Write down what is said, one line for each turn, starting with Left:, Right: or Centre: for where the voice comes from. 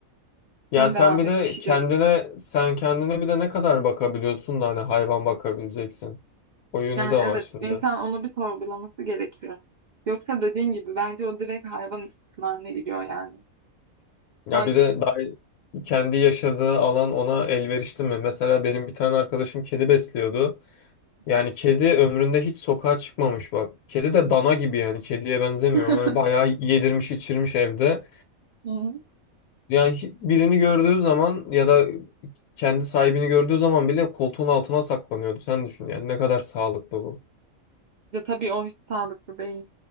Right: sen
Left: ya sen
Right: devam
Left: bir
Right: et
Left: de
Right: bir şey
Left: kendine
Right: diyordun.
Left: sen kendine bir de ne kadar bakabiliyorsun da hani hayvan bakabileceksin. O yönü
Right: Yani
Left: de var
Right: evet
Left: şimdi.
Right: insan onu bir sorgulaması gerekiyor. Yoksa dediğim gibi bence o direkt hayvan istismarına giriyor yani.
Left: Ya
Right: Sen
Left: bir de daha kendi yaşadığı alan ona elverişli mi? Mesela benim bir tane arkadaşım kedi besliyordu. Yani
Right: Hı
Left: kedi ömründe hiç sokağa çıkmamış bak. Kedi de dana gibi yani kediye benzemiyor.
Right: <laughs>
Left: Böyle bayağı yedirmiş içirmiş evde.
Right: hı. hı.
Left: Yani hi- birini gördüğü zaman ya da kendi sahibini gördüğü zaman bile koltuğun altına saklanıyordu. Sen düşün yani ne kadar sağlıklı bu.
Right: Ya tabii o hiç sağlıklı değil.